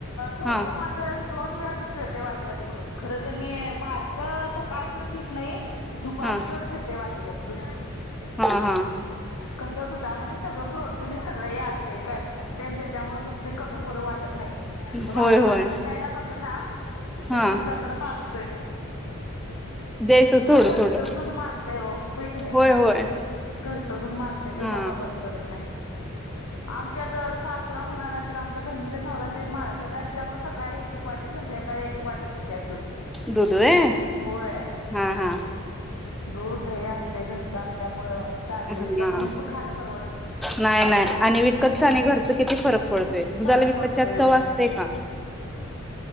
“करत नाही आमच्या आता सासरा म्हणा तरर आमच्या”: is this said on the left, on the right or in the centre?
Left